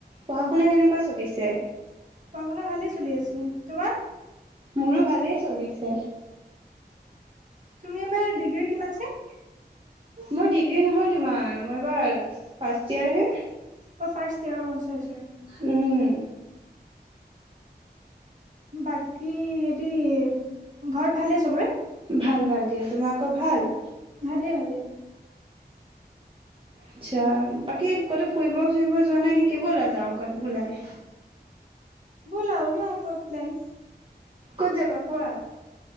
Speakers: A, on the right (about 30°); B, on the right (about 45°).
A: পঢ়া শুনা কেনেকুৱা চলিছে
B: পঢ়া শুনা ভালে চলি আছে তোমাৰ
A: মোৰো ভালেই চলিছে
B: তুমি এবাৰ ডিগ্ৰী কিমান ছেম
A: মই ডিগ্ৰী নহয় তোমাৰ মই এবাৰ ফাৰ্ষ ইয়াৰহে
B: অ ফাৰ্ষ্ট ইয়ৰৰ অ চৰী চৰী
A: উম
B: বাকী হেৰি ঘৰত ভালেই চবৰে
A: ভাল ভাল দিয়া তোমাৰ আকৌ ভাল
B: ভালে ভালে <inaudible>
A: আচ্ছা বাকী ক'তো ফুৰিব চুৰিব যোৱা নাই নেকি বলা যাও কৰবাত ওলাই
B: ব'লা ওলোৱা কৰবাত প্লেন
A: ক'ত যাবা কোৱা